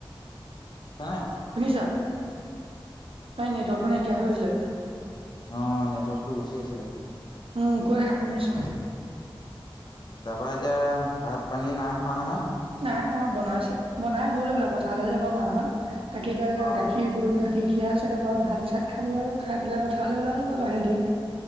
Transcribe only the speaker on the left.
হই নাই
অ নেটৱৰ্কটো গুচি গৈছিলে।
উম তাপা এতিয়া ভাত পানী নাই খোৱা নহয়।
অ